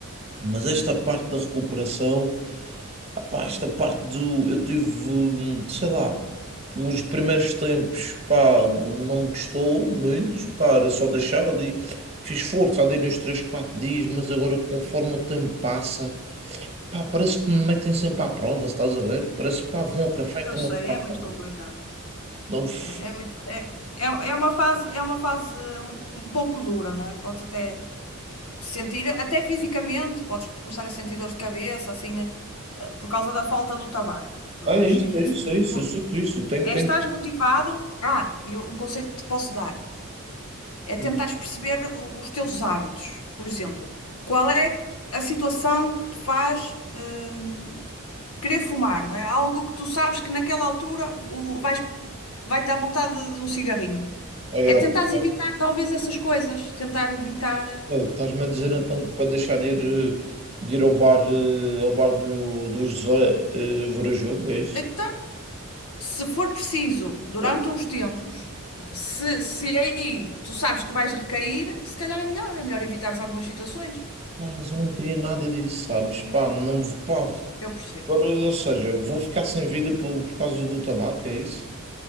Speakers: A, on the right; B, on the left.
A: Mas esta parte da recuperação, ah, pá, esta parte do, eu tive, hum, sei lá, os primeiros tempos, pá, não me custou muito, pá, era só deixar ali. Fiz força ali nos 3 4 dias, mas agora conforme o tempo passa. Pá, parece que me metem sempre à prova, se estás a ver? Parece que pá, vão ao café e estão-me
B: Eu sei,
A: a pôr
B: é
A: à
B: muito
A: prova.
B: complicado.
A: Não, f-
B: É, é muito, é, é, é uma fase, é uma fase um, um pouco dura, não é? Podes até sentir, até fisicamente, podes começar a sentir dores de cabeça, assim, eh, por causa da falta do tabaco.
A: é
B: Mas
A: isso,
B: é isso.
A: é isso, é isso,
B: Mo-
A: eu sinto isso, eu tenho,
B: É,
A: tenho...
B: estás motivado? Ah, e eu- um conselho que te posso dar é tentares
A: Hum,
B: perceber o- os teus hábitos. Por exemplo, qual é a situação que te faz eh, querer fumar, não é? Algo que tu sabes que naquela altura o- vais, vai-te dar vontade de um cigarrinho.
A: aeroporto.
B: É tentar evitar talvez essas coisas, tentar evitar. eh,
A: Estás-me a dizer então que para deixar de ir, eh, de ir ao bar, eh, ao bar do, do José eh, ver o jogo, é isso?
B: Então, se for preciso, durante
A: Pô,
B: uns tempos, se, se aí tu sabes que vais recair, se calhar é melhor, é melhor evitares algumas situações.
A: Não, mas eu não queria nada disso, sabes? Pá, não, pá,
B: Eu percebo.
A: agora, ou seja, vou ficar sem vida por, por causa do tabaco, é isso?